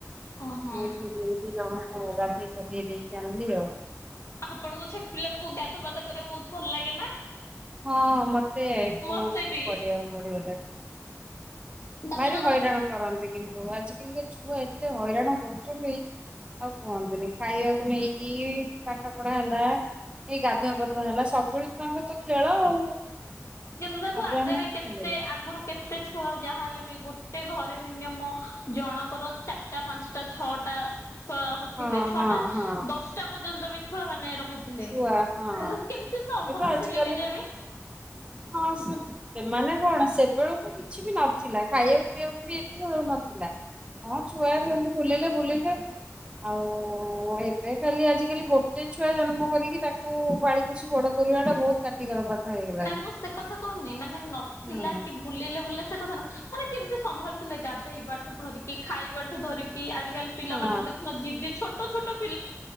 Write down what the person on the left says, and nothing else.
ଓହୋ।
ଆପଣଙ୍କ ଛୋଟ ପିଲାଙ୍କୁ ଗାଧ ପାଧା କରିବାକୁ ବହୁତ ଭଲ ଲାଗେ ନା?
ମତେ ବି।
ତାପରେ
ତାଙ୍କ
ଯୋଉ
କିନ୍ତୁ ଦେଖୁ
ଆଗରେ କେତେ
ଆଗରୁ କେ ତେ ଛୁଆ ଯାହାହଲେ ବି ଗୋଟେ ଘରେ ମିନିମମ ଜଣଙ୍କର ଚାରିଟା ପାଞ୍ଚଟା ଛଅଟା ଛୁଆ ଥିଲେ
ଛୁଆଟା
ଦଶଟା ପର୍ଯ୍ୟନ୍ତ ବି ଛୁଆ ମାନେ ବୁଥିଲେ
କେମତି ସମ୍ଭାଳୁଥିଲେ
କେ ଜାଣି?
ନା ମୁଁ ସେ କଥା କହୁନି ମାନେ ନଥିଲା
କି ବୁଲିଲେ ବୁଲିଲେ ସେ କଥା ନୁହଁ ମାନେ କେମିତି ସମ୍ଭାଳିଥିଲେ ଗାଧେଇବାଠୁ ଧରିକି ଖାଇବାଠୁ ଧରିକି ଆ ଆଜିକାଲି ପିଲାମାନେ
ଦେଖୁନ ଯିଦି ଛୋଟ ଛୋଟ ଛୋଟ